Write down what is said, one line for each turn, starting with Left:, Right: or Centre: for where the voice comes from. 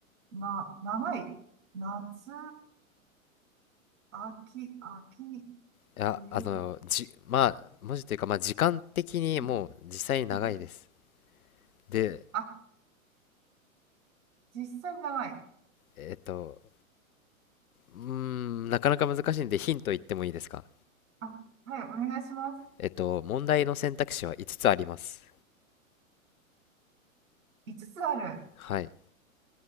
Right: な、長い。夏、秋、秋、
Left: や、
Right: 冬。
Left: あの、じ、まあ、文字というか、まあ、時間的にもう実際に長いです。
Right: うんうん
Left: で、
Right: あ、実際長い。
Left: えっと、うーん、なかなか難しいんでヒント言ってもいいですか
Right: あ、はい、お願いします。
Left: えっと、問題の選択肢は5つつあります。
Right: 5つつある。
Left: はい。